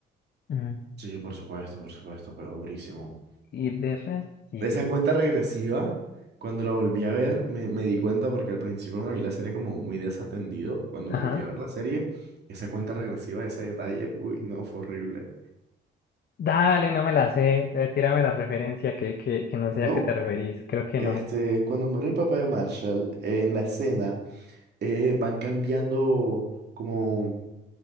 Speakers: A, on the left (about 55°); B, on the right (about 55°).
A: Mm,
B: Sí, por supuesto, por supuesto, pero durísimo.
A: Y de resto, sí,
B: Esa
A: sí.
B: cuenta
A: sí.
B: regresiva, cuando la volví a ver, me, me di cuenta porque al principio me vi la serie como muy desatendido. Cuando me
A: Ajá.
B: volví a ver la serie, esa cuenta regresiva, ese detalle, uy, no, fue horrible.
A: Dale, no me la sé. Eh, tírame la referencia que, que, que no sé
B: No,
A: a qué te referís. Creo que
B: Este,
A: no.
B: cuando muere el papá de Marshall, eh, en la escena eh, van cambiando como